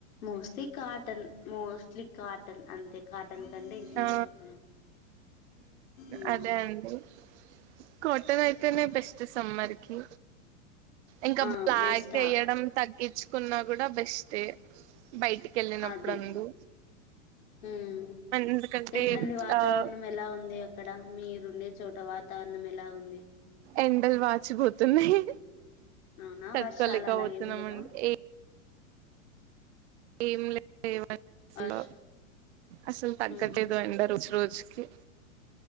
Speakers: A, on the left; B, on the right.
A: మోస్ట్లీ కాటన్ మోస్ట్లీ కాటన్ అంతే కాటన్ కంటే ఇంకేం
B: ఆ
A: చెప్పలేం మ్మ్
B: అదే అండి కో అత్తన అయితేనే బెస్ట్ సమ్మర్ కి ఇంకా
A: ఆ
B: బ్లాక్
A: బెస్టా
B: వేయడం తగ్గ ఇచ్చుకున్నా కూడా బెస్ట్ బయటికి వెళ్ళినప్పుడు
A: అది
B: అందు
A: మ్మ్
B: ఎందుకంటంటే
A: ఎట్లుంది వాతావరణం
B: ఆ
A: ఎలా ఉంది అక్కడ మీరుండే చోట వాతావరణం ఎలా ఉంది
B: ఎండలు వాచిపోతున్నాయి
A: అవునా
B: తట్టుకోలేకపోతున్నామండి
A: వర్షాలు అలా ఏం లేదా
B: ఏ ఏం లేదు ఎండ
A: వర్షాలు
B: అసలు తగ్గట్లేదు
A: మ్మ్
B: ఎంద రుజి రోజు సి